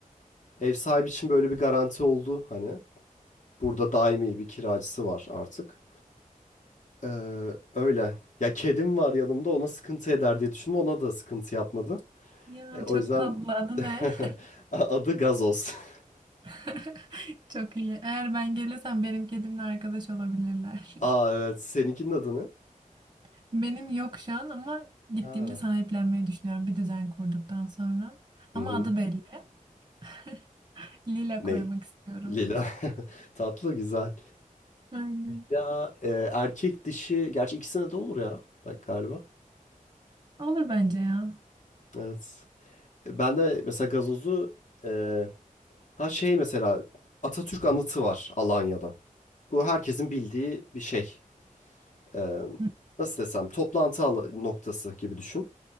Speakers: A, on the left; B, on the right.
A: Ev sahibi için böyle bir garanti oldu hani. Burada daimi bir kiracısı var artık. Ee, öyle. Ya kedim var yanımda ona sıkıntı eder diye düşündüm. Ona da sıkıntı yapmadı.
B: Ya
A: Ee, o
B: çok
A: yüzden
B: tatlı adı ne?
A: <laughs>
B: <laughs>
A: adı Gazoz. <laughs>
B: <laughs> Çok iyi. Eğer ben gelirsem benim kedimle arkadaş olabilirler.
A: Aa evet seninkinin adı ne?
B: <laughs> Benim yok şu an ama gittiğimde
A: Ha.
B: sahiplenmeyi düşünüyorum bir düzen kurduktan sonra.
A: Hı
B: Ama
A: hı.
B: adı belli. <laughs> Lila
A: Ne?
B: koymak istiyorum.
A: Lila. <laughs> Tatlı güzel.
B: Aynen.
A: Ya e, erkek dişi gerçi ikisine de olur ya. Bak galiba.
B: Olur bence ya.
A: Evet. E, Ben de mesela gazozu e, ha şey mesela Atatürk anıtı var Alanya'da. Bu herkesin bildiği bir şey. Ee,
B: Hı,
A: nasıl desem toplantı ala- noktası gibi düşün.